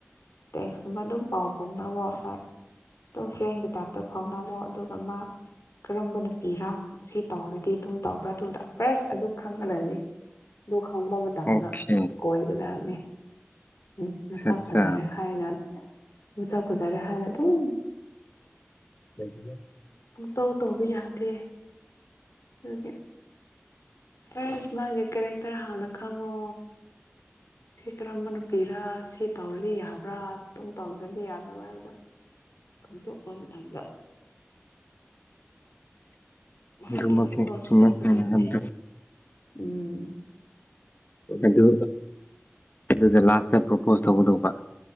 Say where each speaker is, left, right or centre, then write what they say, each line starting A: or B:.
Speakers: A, on the left; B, on the left.
A: ꯇꯦꯛꯁꯀꯨꯝꯕ ꯑꯗꯨꯝ ꯄꯥꯎ ꯐꯥꯎꯅꯕ ꯑꯥꯏ ꯇꯨꯝ ꯐ꯭ꯔꯦꯟꯒꯤ ꯇꯥꯏꯞꯇ ꯐꯥꯎꯅꯕ ꯑꯗꯨꯒ ꯃꯥ ꯀꯔꯝꯕ ꯅꯨꯄꯤꯔꯥ ꯁꯤ ꯇꯧꯔꯗꯤ ꯇꯨꯝ ꯇꯧꯕ꯭ꯔꯥ ꯇꯨꯡꯗ ꯐ꯭ꯔꯁ ꯑꯗꯨ ꯈꯪꯒꯗꯝꯅꯤ ꯗꯨ ꯈꯪꯕ ꯃꯇꯝꯗ
B: ꯑꯣꯀꯦ ꯑꯠ
A: ꯀꯣꯏꯒꯗꯝꯅꯦ ꯎꯝ ꯅꯁꯥꯛ
B: ꯑꯠꯆꯥ
A: ꯐ ꯍꯥꯏꯅ ꯃꯁꯛ ꯐꯖꯔꯦ ꯍꯥꯏꯔ ꯑꯗꯨꯝ
B: ꯂꯩꯖꯤꯗꯦ
A: ꯄꯨꯡꯇꯧ ꯇꯧꯕꯥ ꯌꯥꯗꯦ ꯇꯨꯒꯤ ꯐ꯭ꯔꯁ ꯃꯥꯒꯤ ꯀꯦꯔꯦꯛꯇꯔ ꯍꯥꯟꯅ ꯈꯪꯉꯣ ꯁꯤ ꯀꯔꯝꯕ ꯅꯨꯄꯤꯔꯥ ꯁꯤ ꯇꯧꯔꯗꯤ ꯌꯥꯕ꯭ꯔꯥ ꯑꯗꯨꯝ ꯇꯧꯗ꯭ꯔꯗꯤ ꯌꯥꯗꯕ꯭ꯔꯥ ꯍꯥꯏꯕꯗꯣ ꯈꯪꯗꯣꯛꯄ ꯃꯇꯝꯗ
B: ꯑꯗꯨꯃꯛꯅꯤ
A: ꯑꯗꯨꯒ ꯑꯦꯄ꯭ꯔꯣꯆ
B: ꯆꯨꯝꯃꯦ
A: ꯇꯧꯒꯗꯕꯅꯤ
B: ꯅꯪꯅ ꯍꯥꯏꯕꯗꯣ
A: ꯎꯝ
B: ꯑꯗꯨ ꯑꯗꯨꯗ ꯂꯥꯁꯇ ꯄ꯭ꯔꯣꯄꯣꯁ ꯇꯧꯒꯗꯧꯕ